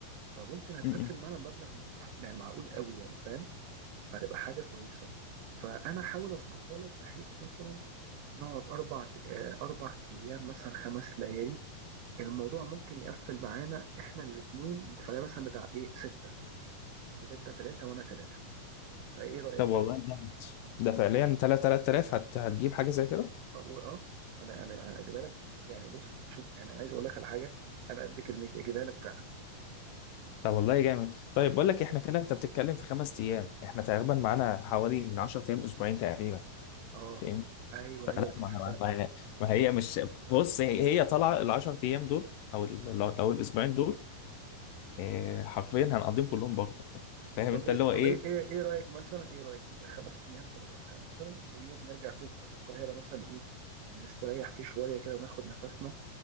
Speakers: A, on the right; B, on the left.
A: فممكن هتقفل
B: مم.
A: معانا مبلغ مح- يعني معقول قوي يعني فاهم فهتبقى حاجه كويسه فانا احاول اظبطها لك بحيث مثلا نقعد أربع آه، أربع أيام مثلا خمس ليالي الموضوع ممكن يقفل معانا إحنا الاتنين نتفرق مثلا بتاع إيه ستة يبقى أنت تلاتة وأنا تلاتة فإيه رأيك؟
B: طب والله جامد ده فعليا 3000 هت... هتجيب حاجة زي كده؟
A: أو أه أنا أنا أنا أجيبها لك يعني بص شوف أنا عايز أقول لك على حاجة أنا قد كلمتي أجيبها لك فعلا
B: طب والله جامد طيب بقول لك احنا كده انت بتتكلم في خمس ايام احنا تقريبا معانا حوالي من 10 ايام اسبوعين تقريبا
A: أه
B: فاهم
A: أيوه
B: فلا
A: أيوه صح
B: ما,
A: فعلا
B: ما, ما هي مش بص هي, هي طالعه ال 10 ايام دول او ال- او الاسبوعين دول إيه حرفيا هنقضيهم كلهم بره فاهم
A: طب
B: انت
A: إيه
B: اللي هو
A: طب
B: ايه
A: إيه إيه إيه رأيك مثلا إيه رأيك يبقى خمس أيام في الغردقة مثلا ويوم نرجع فيه الق- القاهرة مثلا إيه نستريح فيه شوية كده وناخد نفسنا